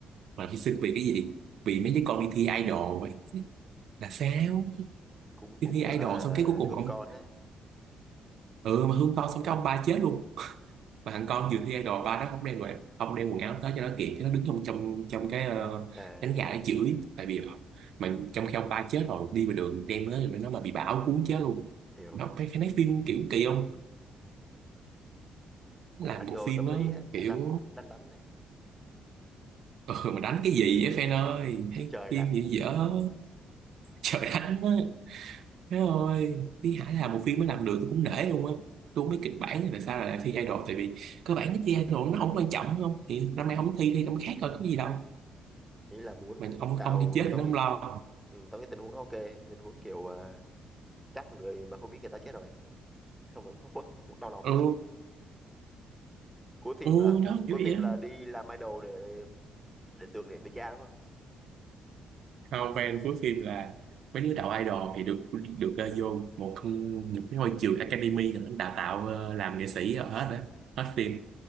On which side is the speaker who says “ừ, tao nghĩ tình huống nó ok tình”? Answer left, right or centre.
Centre